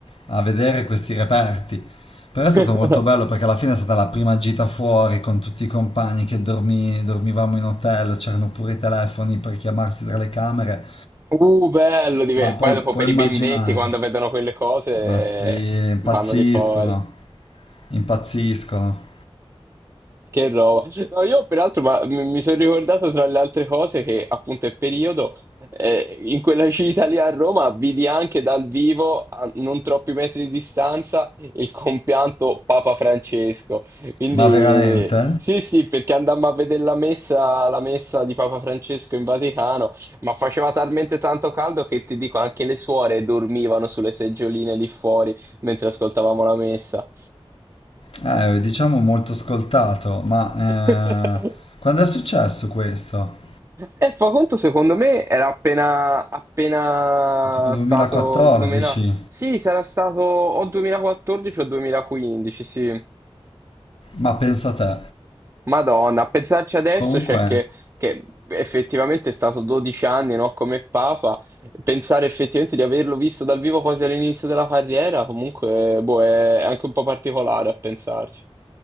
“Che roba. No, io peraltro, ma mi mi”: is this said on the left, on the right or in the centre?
Right